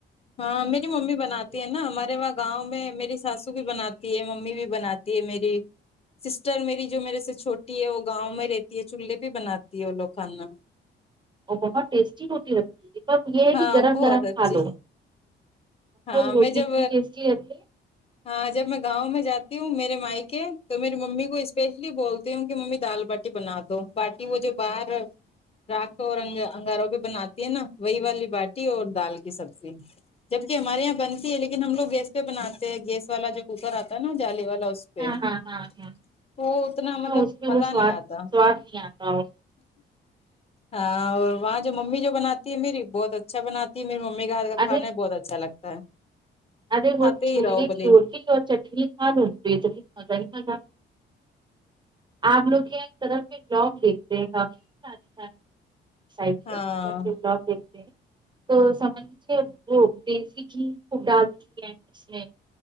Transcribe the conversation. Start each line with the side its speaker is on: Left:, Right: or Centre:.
Left: ہاں میری ممی بناتی ہے نا ہمارے وہاں گاؤں میں میری ساسو بھی بناتی ہے ممی بھی بناتی ہے میری سسٹر میری جو میرے سے چھوٹی ہے وہ گاؤں میں رہتی ہے چولہے پے بناتی ہے وہ لوگ کھانا
Right: اور بہت ٹیسٹی روٹی رکھتی تھی یے ہے
Left: ہاں
Right: کی گرم
Left: بہت
Right: گرم
Left: اچھی
Right: کھا لو
Left: ہاں
Right: روٹی
Left: میں جب
Right: اتنی ٹیسٹی رہتی ہے
Left: ہاں جب میں گاؤں میں جات تی ہو میرے مائیکے تو میری ممی کو اسپیشلی بولتی ہوں کی ممی دال باٹی بنا دو وہ جو باہر راکھ اور انگاروں پے بناتی ہے نا وہی والی باٹی اور دال کی سبزی جبکے ہمارے یہاں بنتی ہے لیکن ہم لوگ گیس پے بناتے ہیں گیس والا جو کوکر آتا ہے نا جالی والا تو
Right: ہاں ہاں ہاں ہاں
Left: اتنا مطلب
Right: ہاں اس میں
Left: مزہ
Right: وہ سواد
Left: نہیں آتا
Right: سواد نہیں آتا ہو
Left: ہاں اور وہاں جو ممی جو بناتی ہے میری بہت اچھا بناتی تی میری ممی کا ہاتھ کا
Right: ارے
Left: کھانا بہت اچھا لگتا ہے
Right: ارے
Left: کھاتے
Right: وہ چولہے
Left: ہی رہو بھلے
Right: کی روٹی اور چٹنی کھا لوں بتنی مزہ ہی مزہ آپ لوگ کیا ایک طرف سے بلاگ دیکھتے ہیں کافی اچھا اچھا <unintelligible>
Left: ہاں
Right: تو سمجھ وہ دیسی گھی کو ڈالتی ہے اس میں